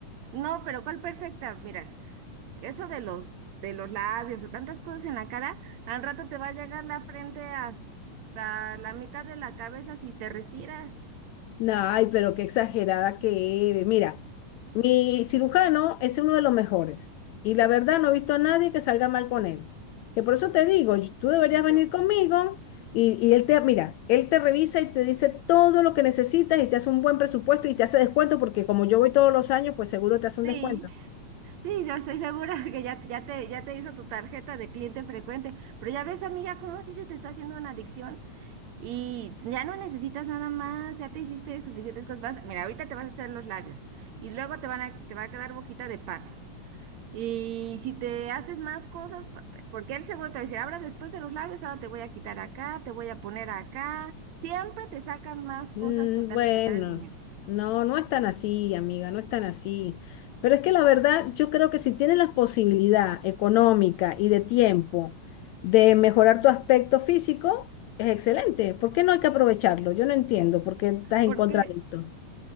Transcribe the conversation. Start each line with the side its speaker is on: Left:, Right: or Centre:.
Right: No, pero ¿cuál perfecta? Mira, eso de los, de los labios o tantas cosas en la cara, al rato te va a llegar la frente hasta la mitad de la cabeza si te restiras.
Left: No, ay, pero qué exagerada que eres. Mira, mi cirujano es uno de los mejores y la verdad no he visto a nadie que salga mal con él. Que por eso te digo, y- tú deberías
Right: Yo,
Left: venir conmigo y, y él te, mira, él te revisa y te dice todo lo que necesitas y te hace un buen presupuesto y te hace descuento porque como yo voy todos los años, pues seguro te hace un
Right: Sí,
Left: descuento.
Right: sí, yo estoy segura <laughs> que ya, ya te, ya te hizo tu tarjeta de cliente frecuente, pero ya ves, amiga, cómo sí se te está haciendo una adicción y ya no necesitas nada más, ya te hiciste suficientes cosas. Vas- mira, ahorita te vas a hacer los labios y luego te van a, te va a quedar boquita de pato. Y si te haces más cosas, pa- porque él seguro te va a decir, ahora después de los labios, ahora te voy a quitar acá, te voy a poner acá. Siempre te sacan más cosas
Left: Mm,
Right: con tal
Left: Bueno,
Right: de sacar el dinero.
Left: no, no es tan así, amiga, no es tan así. Pero es que la verdad, yo creo que si tienes la posibilidad económica y de tiempo de mejorar tu aspecto físico, es excelente. ¿Por qué no hay que aprovecharlo? Yo no entiendo por qué estás en
Right: Porque
Left: contra de esto.